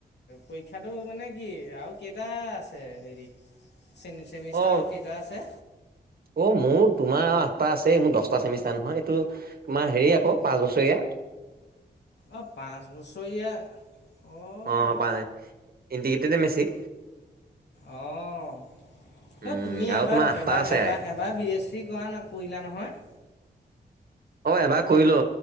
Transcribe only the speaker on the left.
পৰীক্ষাটো মানে কি আৰু কেইটা আছে হেৰি চেমিষ্টাৰ
আৰু কেই টা আছে?
অ' পাঁচ বছৰীয়া? অঁ
অ' ন
তুমি
এবাৰ
এবাৰ
এবাৰ বাৰ বি এছ চি কৰা ন কৰিলা নহয়?